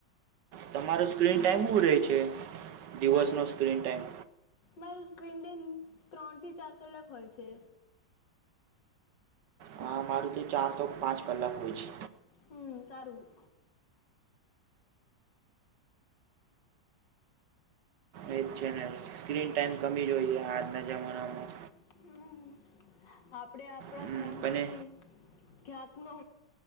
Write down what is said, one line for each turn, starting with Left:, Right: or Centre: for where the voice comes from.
Right: તમારો સ્ક્રીન ટાઈમ હુ રેહ છે. દિવસનો
Left: મારુસ
Right: સ્ક્રીન ટાઈમ
Left: મારુ સ્ક્રીન ટાઈમ ત્રણ થી ચાર કલાક હોય છે.
Right: હા મારુ તિ ચાર તો પાંચ કલાક હોય છે.
Left: હમ સારું.
Right: એજ છે ને સ્ક્રીન ટાઈમ કમી જોઈએ આજના જમાનામાં.
Left: હમ આપડે આપડા
Right: હમ,
Left: ફોન
Right: બને
Left: ઉપરથી ક્યાક નો